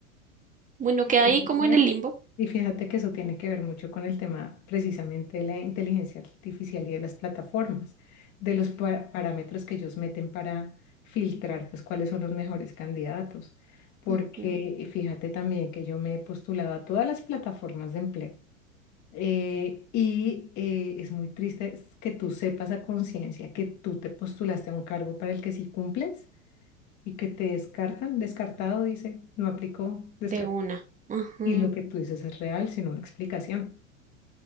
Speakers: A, on the right; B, on the left.
A: Bueno,
B: Y
A: queda
B: fíjate
A: ahí como en el limbo.
B: y fíjate que eso tiene que ver mucho con el tema precisamente de la inteligencia artificial y de las plataformas, de los pa- parámetros que ellos meten para filtrar, pues cuáles son los mejores candidatos. Porque
A: Ujú,
B: fíjate también que yo me he postulado a todas las plataformas de empleo. Eh, y eh, es muy triste es que tú sepas a conciencia que tú te postulaste a un cargo para el que sí cumples y que te descartan, descartado dice, no aplicó, descartado.
A: De una. Ujú.
B: Y lo que tú dices es real, sino una explicación.